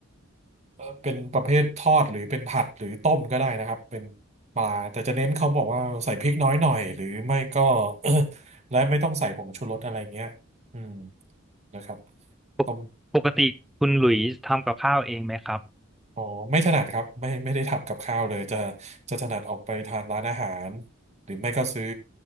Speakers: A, on the right; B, in the centre.
A: เอ่อเป็นประเภททอดหรือเป็นผัดหรือต้มก็ได้นะครับเป็นปลาแต่จะเน้นเขาบอกว่าใส่พริกน้อยหน่อยหรือไม่ก็ <coughs> และไม่ต้องใส่ผงชูรสอะไรเงี้ยอืมนะครับ
B: ปกปกติคุณหลุยส์ทำกับข้าวเองไหมครับ
A: ต้ม อ๋อไม่ถนัดครับไม่ไม่ได้ทำกับข้าวเลยจะจะถนัดออกไปทานร้านอาหารหรือไม่ก็ซื้อ